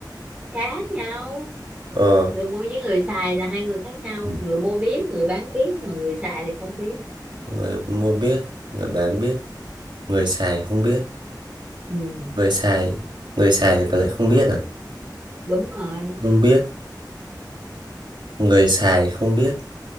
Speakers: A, on the right; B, on the right.
A: khác nhau
B: ờ
A: người mua với người xài là hai người khác nhau
B: Ừ.
A: người mua biết người bán biết mà người xài thì không biết
B: người mua biết người bán biết người xài không biết
A: ừ,
B: người xài người xài mà lại không biết à
A: đúng rồi
B: không biết người xài không biết